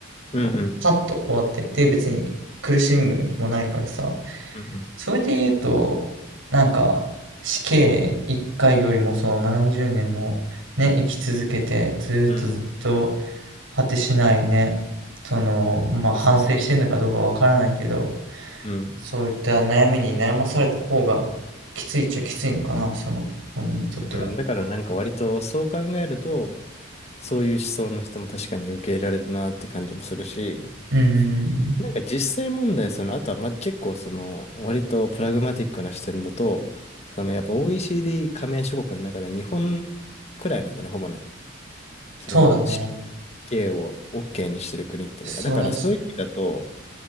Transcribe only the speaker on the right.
さっと終わって、で、別に苦しむもないからさ、
それで言うと、なんか、死刑一回よりもその何十年もね、生き続けて、ずーっとずっと
果てしないね、その、まあ反省してるのかどうかわからないけど、
そういった悩みに悩まされた方がきついっちゃきついのかな、その本人にとっては。
うんうんうん、
そうだね。
それはそう、